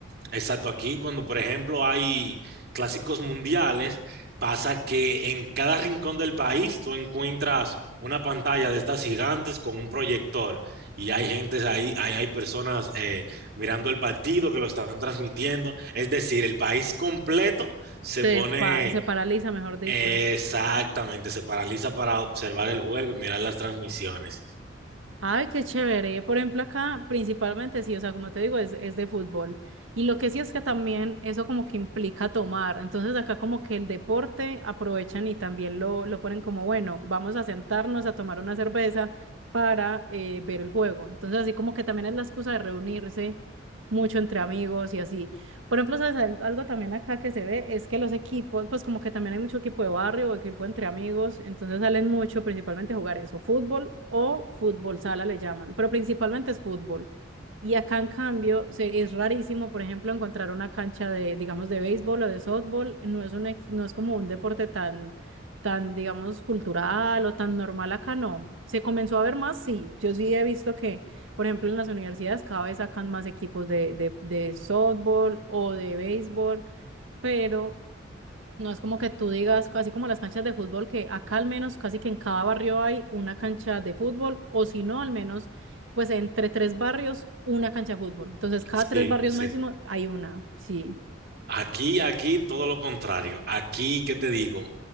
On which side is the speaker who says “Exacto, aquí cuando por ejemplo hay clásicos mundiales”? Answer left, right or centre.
Right